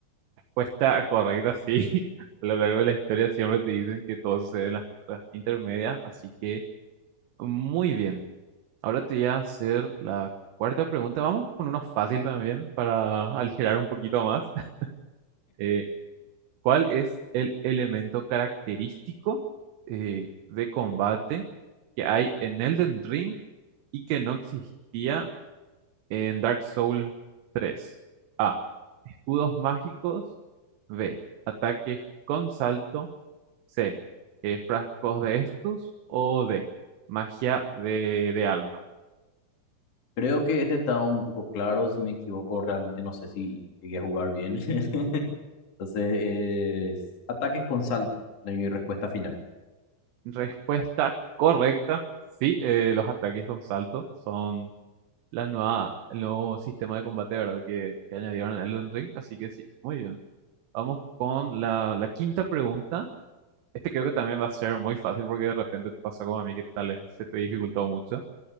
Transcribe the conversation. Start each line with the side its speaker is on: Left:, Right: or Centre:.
Right: Respuesta correcta, sí. <laughs> A lo largo de la historia siempre te dicen que todo sucede en las tierras intermedias. Así que muy bien. Ahora te voy a hacer la cuarta pregunta. Vamos con uno fácil también para aligerar un poquito más. <laughs> Eh, ¿Cuál es el elemento característico eh, de combate que hay en Elden Ring y que no existía en Dark Souls tres? A. Escudos mágicos. B. Ataques con salto. C. eh, frascos de estus. O D. Magia de, de alma.
Left: Creo que este está un poco claro. Si me equivoco, realmente no sé si llegué a jugar bien. <laughs> Entonces, es ataques con salto, de mi respuesta final.
Right: Respuesta correcta. Sí, eh, los ataques con salto son la nueva, el nuevo sistema de combate, ¿verdad? Que, que añadieron en Elden Ring. Así que sí, muy bien. Vamos con la, la quinta pregunta. Este creo que también va a ser muy fácil porque de repente te pasa como a mí que tal vez se te dificultó mucho.